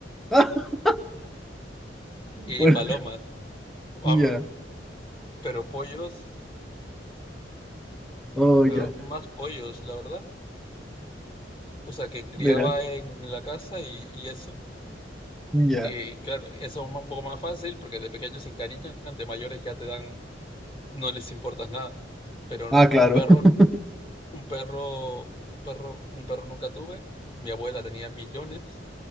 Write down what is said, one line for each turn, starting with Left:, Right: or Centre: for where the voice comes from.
Centre: <laughs>
Left: y
Centre: Bueno,
Left: palomas. Vamos,
Centre: ya.
Left: pero pollos,
Centre: Oh,
Left: pero
Centre: ya.
Left: más pollos, la verdad. O sea, que criaba
Centre: Mira,
Left: en la casa y, y eso.
Centre: ya.
Left: Y claro, eso es un poco más fácil porque de pequeños se encariñan, de mayores ya te dan, no les importas nada. Pero
Centre: Ah,
Left: un,
Centre: claro.
Left: un perro,
Centre: <laughs>
Left: un perro, un perro, un perro nunca tuve. Mi abuela tenía millones